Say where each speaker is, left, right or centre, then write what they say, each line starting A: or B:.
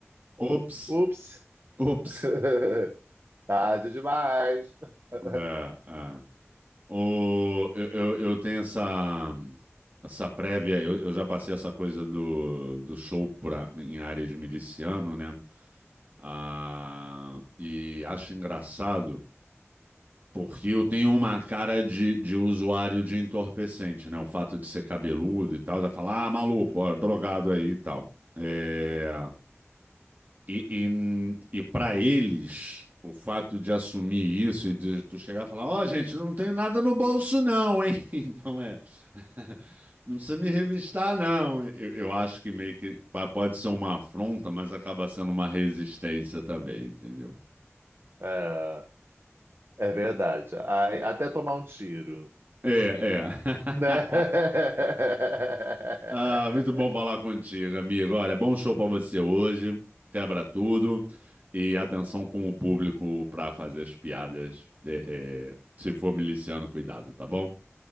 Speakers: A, on the right; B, on the right.
A: Ops,
B: ups,
A: ops.
B: <laughs> tarde demais. <laughs>
A: É, é. O, eu, eu, eu tenho essa, essa prévia, eu, eu já passei essa coisa do, do show pra, em área de miliciano, né? Ah, e acho engraçado porque eu tenho uma cara de, de usuário de entorpecente, né? O fato de ser cabeludo e tal, já falar, ah, maluco, ó, drogado aí e tal. É, e e, e para eles, o fato de assumir isso e de tu chegar e falar, ó, gente, não tenho nada no bolso, não, hein? <laughs> Então é. <laughs> Não precisa me revistar, não. Eu, eu acho que meio que pa- pode ser uma afronta, mas acaba sendo uma resistência também, entendeu?
B: É, é verdade. Ai, até tomar um tiro,
A: É, é. <laughs>
B: né? <laughs>
A: Ah, muito bom falar contigo, amigo. Olha, bom show pra você hoje. Quebra tudo. E atenção com o público pra fazer as piadas. É, é, se for miliciano, cuidado, tá bom?